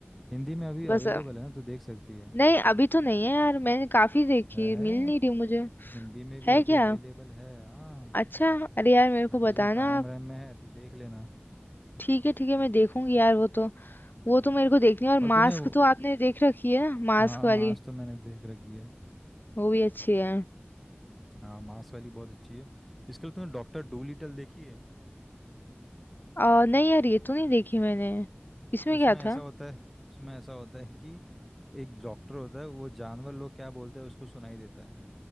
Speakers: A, in the centre; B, on the left (about 50°).
A: हिंदी में अभी
B: बस
A: अवेलेबल
B: अ,
A: है ना तू देख सकती है
B: नहीं अभी तो नहीं है यार मैंने काफी देखी
A: है है
B: मिल नहीं रही मुझे
A: हिंदी में भी
B: है
A: अभी
B: क्या
A: अवेलेबल है हाँ
B: अच्छा अरे यार मेरे को
A: अमेजन
B: बताना
A: प्राइम
B: आप
A: वाइम में है तू देख लेना
B: ठीक है ठीक है मैं देखूंगी यार वो तो
A: हाँ
B: वो तो मेरे को देखनी है और मास्क
A: और तूने वो-
B: तो आपने देख रखी है ना मास्क
A: हाँ
B: वाली
A: मास तो मैंने देख रखी है
B: वो भी अच्छी है
A: हाँ मास वाली बहुत अच्छी है इसके लिए तूने डॉक्टर डू लिटल देखी है
B: आ, नहीं यार ये तो नहीं देखी मैंने इसमें
A: उसमें
B: क्या
A: ऐसा
B: था
A: होता है उसमें ऐसा होता है कि एक डॉक्टर होता है वो जानवर लोग क्या बोलते हैं उसको सुनाई देता है